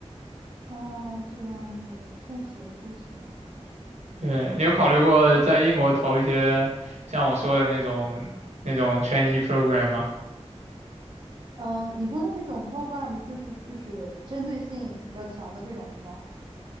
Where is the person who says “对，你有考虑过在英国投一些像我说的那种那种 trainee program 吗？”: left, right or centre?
Right